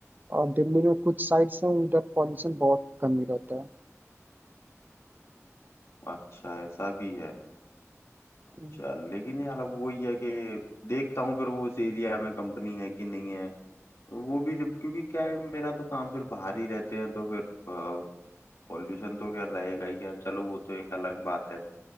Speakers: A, on the right; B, on the left.
A: और दिल्ली में कुछ साइड्स हैं उधर पॉल्यूशन बहुत कम ही रहता है
B: अच्छा ऐसा भी है अच्छा
A: हम्म,
B: लेकिन यार अब वही है कि देखता हूँ फिर वो उस एरिया में कंपनी है कि नहीं है वो भी जब- क्योंकि क्या है मेरा तो काम फिर बाहर ही रहते हैं तो फिर पॉल्यूशन तो खैर रहेगा ही खैर चलो वो तो एक अलग बात है